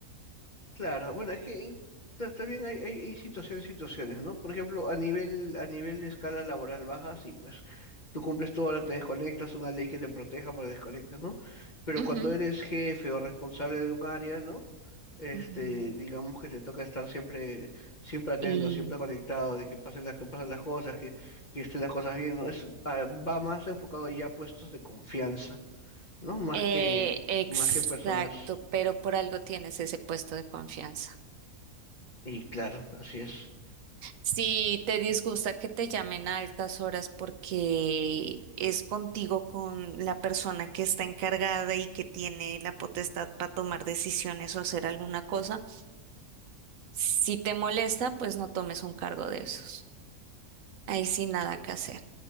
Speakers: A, on the left; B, on the right.
A: Claro, bueno, es que eh, ta- también hay, hay, hay situaciones, situaciones, ¿no? Por ejemplo, a nivel, a nivel de escala laboral baja, sí, pues tú cumples tu hora, te desconectas, una ley que te proteja para que desconectes, ¿no? Pero
B: Ujú,
A: cuando eres jefe o responsable de un área, ¿no? Este,
B: ujú.
A: digamos que te toca estar siempre, siempre atento,
B: Y
A: siempre conectado, de que pasen las, que pasen las cosas, que, que estén las cosas bien, ¿no? Es, ah, va más enfocado ya a puestos de confianza, ¿no? Más
B: eh,
A: que,
B: exacto,
A: Sí. más que personas,
B: pero por algo tienes ese puesto de confianza.
A: y claro, así es.
B: Si te disgusta que te llamen a altas horas porque es contigo con la persona que está encargada y que tiene la potestad para tomar decisiones o hacer alguna cosa, si te molesta, pues no tomes un cargo de esos. Ahí sí nada que hacer.